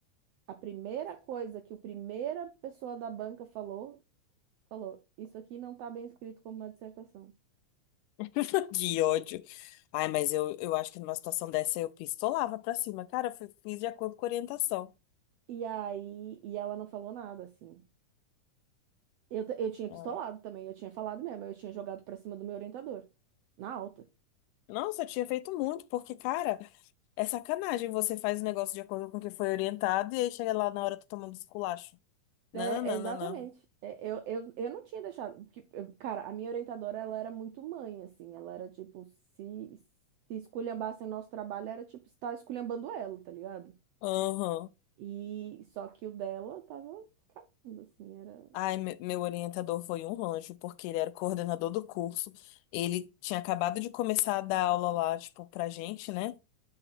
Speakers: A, on the right; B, on the left.
A: A primeira coisa que o primeira pessoa da banca falou, falou, isso aqui não está bem escrito como uma dissertação.
B: <laughs> Que ódio. Ai, mas eu, eu acho que numa situação dessa eu pistolava pra cima. Cara, eu fi- fiz de acordo com a orientação.
A: E aí, e ela não falou nada, assim. Eu, t- eu tinha pistolado
B: Ah.
A: também, eu tinha falado mesmo, eu tinha jogado para cima do meu orientador, na alta.
B: Nossa, eu tinha feito muito, porque, cara, é sacanagem. Você faz o negócio de acordo com o que foi orientado e aí chega lá na hora tá tomando esculacho.
A: É,
B: Não, não,
A: exatamente.
B: não, não, não.
A: É, eu, eu, eu não tinha deixado. Porque, eu- cara, a minha orientadora, ela era muito mãe, assim. Ela era tipo, se, se esculhambassem nosso trabalho, era tipo, estar esculhambando ela, tá ligado?
B: Aham.
A: E só que o dela tava cagando, assim, era.
B: Ai, me- meu orientador foi um anjo, porque ele era o coordenador do curso. Ele tinha acabado de começar a dar aula lá, tipo, pra gente, né?